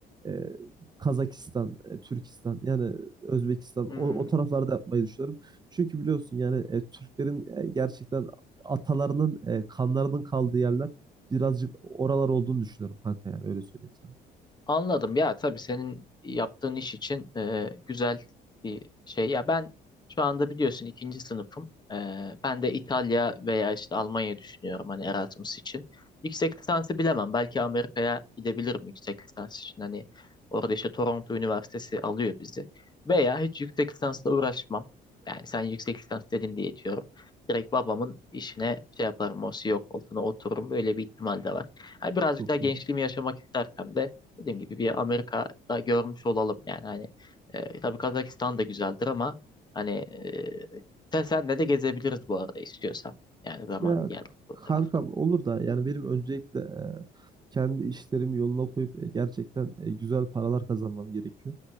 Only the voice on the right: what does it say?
e, Kazakistan, e, Türkistan yani Özbekistan
o, o taraflarda yapmayı düşünüyorum. Çünkü biliyorsun yani e, Türklerin e, gerçekten atalarının e, kanlarının kaldığı yerler birazcık oralar olduğunu düşünüyorum kanka yani öyle söyleyeyim sana.
Çok
iyi.
Ya
k-
kankam
olur da yani benim öncelikle e, kendi işlerimi yoluna koyup e, gerçekten e, güzel paralar kazanmam gerekiyor.